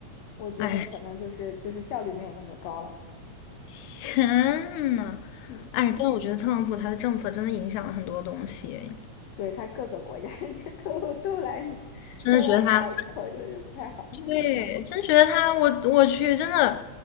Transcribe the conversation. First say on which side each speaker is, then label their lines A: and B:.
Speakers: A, on the left (about 70°); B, on the left (about 85°).
A: 我觉得可能就是就是效率没有那么高了。
B: 哎，天呐，
A: 嗯，
B: 哎，但是我觉得特朗普他的政策真的影响了很多东西，哎
A: 对，他各个国家 <laughs> 都都来
B: 真的觉得他，
A: 都来咬一口，就是不太好。<laughs>
B: 对，真觉得他，我我去，真的